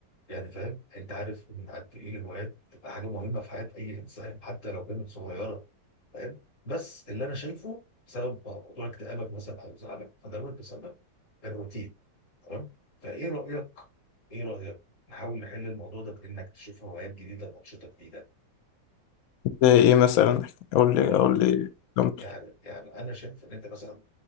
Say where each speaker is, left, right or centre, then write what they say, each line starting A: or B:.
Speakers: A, on the left (about 45°); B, on the left (about 80°).
A: يعني فاهم انت عارف من قد ايه الهوايات بتبقى حاجه مهمه في حياه اي انسان حتى لو كانت صغيره فاهم بس اللي انا شايفه بسبب موضوع اكتئابك مثلا او زعلك فدوت بسبب الروتين تمام فايه رايك ايه رايك نحاول نحل الموضوع ده بانك تشوف هوايات جديده وانشطه جديده
B: زي ايه مثلا قول
A: اقول
B: لي قول
A: لك
B: لي نمط.
A: يعني يعني انا شايف ان انت مثلا